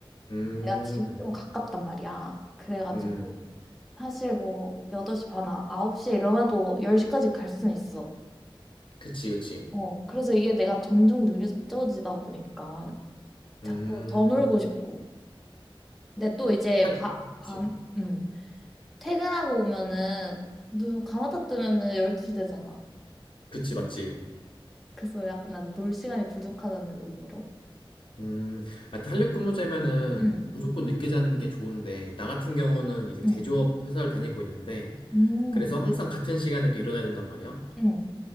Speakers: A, on the left (about 60°); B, in the centre.
A: 음,
B: 내가 집이 좀 가깝단 말이야. 그래가지고,
A: 음, 음.
B: 사실 뭐, 8시 반, 아- 홉시에 일어나도 10시까지 갈 순 있어.
A: 그치, 그치.
B: 어, 그래서 이게 내가 점점 느려지다 보니까, 자꾸
A: 음,
B: 더 놀고 싶고. 근데 또 이제,
A: 할,
B: 바, 밤,
A: 그치,
B: 음, 퇴근하고 오면은, 눈 감았다 뜨면은 12시 되잖아.
A: 그치, 맞지.
B: 그래서 약간 난 놀 시간이 부족하다는 의미로.
A: 음, 아, 탄력 근무제면은
B: 응.
A: 무조건 늦게 자는 게 좋은데, 나 같은 경우는 이제
B: 응.
A: 제조업 회사를 다니고 있는데,
B: 음,
A: 그래서 항상 같은 시간에 또 일어나야 된단 말이야.
B: 음,